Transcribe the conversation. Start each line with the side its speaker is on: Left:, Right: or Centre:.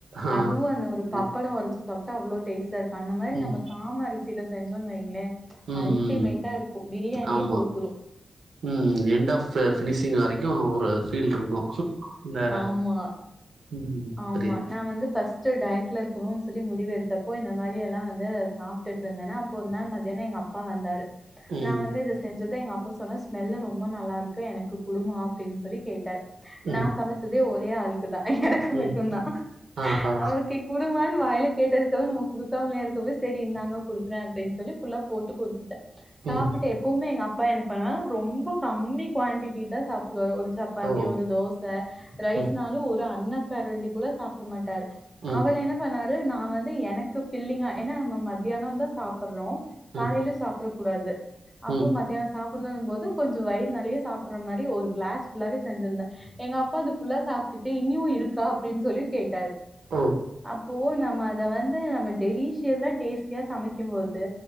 Right: ஆ
Centre: அதுவு அந்த ஒரு
Right: ம்
Centre: பப்படம் வரச்சு சாப்ட்டா அவ்ளோ டேஸ்ட்டா இருக்கு அந்த மாரி
Right: ம்
Centre: நம்ம சாம அரிசி சில செஞ்சோன்னு வைங்ளே
Right: ம்
Centre: அல்டிமேட்டா இருக்கு பிரியாணியே
Right: ஆமா
Centre: தோத்துரு
Right: ம் எண்ட் ஆஃப்ப பினிஷிங் வரைக்கு ஒரு ஃபீல் இருக்கு இந்த
Centre: ஆமா.
Right: ம்
Centre: ஆமா
Right: புரியுது
Centre: நா வந்து ஃபர்ஸ்ட் ஃபட்ஸ்டு டயட்ல இருக்கணு சொல்லி முடி எடுத்தப்போ இந்த மாரி எல்லா வந்து சாப்ட் இருந்தேனா அப்போ ஒருநாள் மத்தியான எங் அப் பா வந்தாரு
Right: ம்
Centre: நா வந்து இத செஞ்சது எங்க அப்பா சொன்ன ஸ்மெல்லு ரொம்ப நல்லா இருக்கு எனக்கு குடுமா அப்டின்னு சொல்லி கேட்டார்
Right: ம்
Centre: நா சமச் சது ஒரே ஆளுக்கு தா எனக்கு
Right: ம்
Centre: மட்டுந்தா
Right: ஆஹா
Centre: அவகேக் குடுமான்னு வாயலைல கேட்டதுக்காக நம்ம குடுக்காமலையா இருக்கவே செரி இந்தாங்க குடுக்குறே அப்டின்னு சொல்லி ஃபுல்லா போட்டு குடு த்டே சாப்ட்டு
Right: ம்
Centre: எப் எப்போமே எங்க அப்பா என்ன பண்ணுவாங்க ரொம்ப கம்மி குவாண்டட்டி தா சாப்டுவாரு ஒரு சப்பாத்தி
Right: ஓ
Centre: ஒரு தோஸ் ச ரைஸ்னாலு
Right: ம்
Centre: ஒரு அன்ன கரண்டி கூட சாப்ட மாட்டாரு
Right: ம்
Centre: அவரு என்ன ன பண்ணாரு நா வந்து எனக்கு ஃபில்லிங்கா ஏனா நம்ம மத்தியானந்தா சாப்டுறோ
Right: ம்
Centre: காலையிலு சாப்றப் கூடாது அப்போ
Right: ம்
Centre: மத்தியான சாப்டனு போது கொஞ்சோ வயிறு நெறையா சாப்டற மாரி ஒரு கிளஸ் ஃபுல்லாவே செஞ்சிருந்தே எங்க அப்பா அது ஃபுல்லா சாப்ட்டுட்டு இன்னியு இருக் கா அப்டின்னு சொல்லி கேட்டாரு
Right: ஓ
Centre: அப்போ நம்ம அத வந்து நம்ம டெலிசியஸா டேஸ்ட் கிய சமைக்கும் போது